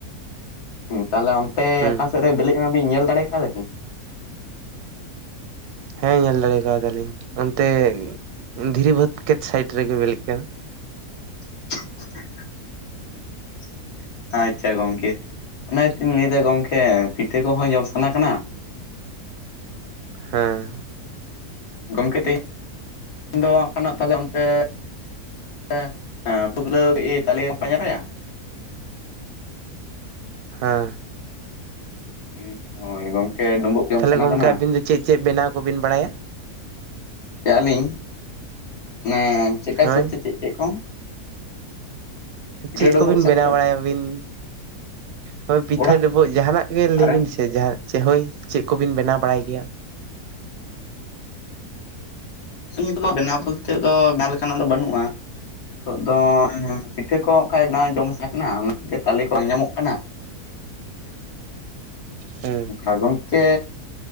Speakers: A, on the left; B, on the right.
A: <inaudible> ᱛᱟᱦᱚᱞᱮ ᱚᱱᱛᱮ
B: ᱦᱩᱸ
A: ᱚᱠᱟ ᱥᱮᱫ ᱨᱮ ᱵᱤᱞᱤᱜ ᱮ ᱵᱤᱱ ᱧᱮᱞ ᱫᱟᱲᱮ ᱠᱟᱫᱟ ᱠᱤᱱ᱾
B: ᱦᱮᱸ ᱧᱮᱞ ᱫᱟᱲᱮ ᱠᱟᱣᱫᱟᱞᱤᱧ ᱚᱱᱛᱮ ᱫᱷᱤᱨᱤ ᱵᱷᱟᱹᱛ ᱠᱷᱮᱛ ᱥᱟᱭᱤᱰ ᱨᱮᱜᱮ ᱵᱤᱞᱤᱜ ᱠᱟᱱᱟ᱾
A: <unintelligible> ᱟᱪᱪᱷᱟ ᱜᱚᱢᱠᱮ ᱚᱱᱟᱛᱤᱧ ᱞᱟᱹᱭᱫᱟ ᱜᱚᱝᱠᱮ ᱯᱤᱴᱷᱟᱹ ᱠᱚᱦᱚᱸ ᱡᱚᱢ ᱥᱟᱱᱟ ᱠᱟᱱᱟ
B: ᱦᱮᱸ
A: ᱜᱚᱢᱠᱮ ᱛᱮᱦᱧ ᱫᱚ ᱛᱟᱦᱮ ᱚᱱᱛᱮ <unintelligible>
B: ᱦᱮᱸ
A: <unintelligible> ᱡᱚᱢ
B: ᱛᱟᱞᱦᱮ
A: ᱥᱟᱱᱟ
B: ᱜᱚᱝᱠᱮ
A: ᱠᱟᱱᱟ
B: ᱟᱵᱤᱱ ᱫᱚ ᱪᱮᱫ ᱪᱮᱫ ᱵᱮᱱᱟᱣ ᱠᱚᱵᱤᱱ ᱵᱟᱲᱟᱭᱟ᱾
A: ᱪᱮᱫ ᱟᱹᱞᱤᱧ ᱮ ᱪᱮᱫᱠᱟ
B: ᱦᱳᱭ
A: ᱦᱤᱥᱟᱹᱵ ᱛᱮ ᱪᱮᱫ ᱪᱮᱫ ᱠᱚ᱾ ᱯᱤᱴᱷᱟᱹ
B: ᱪᱮᱫ
A: ᱰᱩᱸᱵᱩᱜ
B: ᱠᱚᱵᱤᱱ
A: ᱥᱮᱫ
B: ᱵᱮᱱᱟᱣ
A: ᱛᱮ
B: ᱵᱟᱲᱟᱭᱟᱵᱤᱱ ᱦᱳᱭ ᱯᱤᱴᱷᱟᱹ
A: ᱚᱲᱟᱜ
B: ᱰᱩᱵᱩᱜ ᱡᱟᱦᱟᱱᱟᱜ ᱜᱮ ᱞᱟᱹᱭ
A: ᱨᱮ
B: ᱵᱤᱱ᱾ ᱡᱟᱦᱟᱸ ᱦᱳᱭ ᱪᱮᱫ ᱠᱚᱵᱤᱱ ᱵᱮᱱᱟᱣ ᱵᱟᱲᱟᱭ ᱜᱮᱭᱟ᱾
A: ᱱᱤᱛ ᱫᱚ ᱵᱮᱱᱟᱣ ᱵᱚᱞᱛᱮ ᱫᱚ ᱚᱱᱟ ᱞᱮᱠᱟᱱᱟᱜ ᱫᱚ ᱵᱟᱹᱱᱩᱜᱼᱟ ᱱᱤᱛᱚᱜ ᱫᱚ ᱯᱤᱴᱷᱟᱹ ᱠᱚ ᱠᱷᱟᱡ ᱵᱟᱝ ᱡᱚᱢ ᱮᱱᱟ ᱠᱚᱜᱮ ᱛᱟᱞᱮ ᱠᱚ ᱵᱟᱝ ᱧᱟᱢᱚᱜ ᱠᱟᱱᱟ᱾ <unintelligible>
B: ᱦᱩᱸ
A: ᱟ ᱜᱚᱢᱠᱮ